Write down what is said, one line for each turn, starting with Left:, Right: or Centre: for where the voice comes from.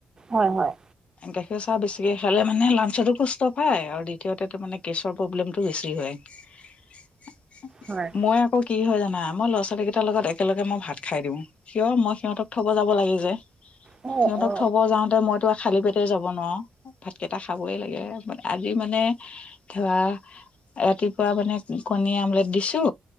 Right: হয় হয়
Left: গাখীৰ চাহ বেছিকৈ খালে মানে লাঞ্চতো কষ্ট পায় আৰু দ্বিতীয়তে তাৰ মানে কেছৰ প্ৰব্লেমটো বেছি হয় <unintelligible>
Right: হয়
Left: মই আকৌ কি হয় জানা মই ল'ৰা ছোৱালী কেইটাৰ লগত একেলগে মই ভাত খাই দিওঁ কিয় মই সিহঁতক থব যাব লাগে যে
Right: হয়
Left: সিহঁতক
Right: অ
Left: থব যাওঁতে মইতো খালী পেটে যাব নোৱাৰোঁ ভাতকেইটা খাবই লাগে আজি মানে ধৰা ৰাতিপুৱা মানে কণী আমলেট দিছো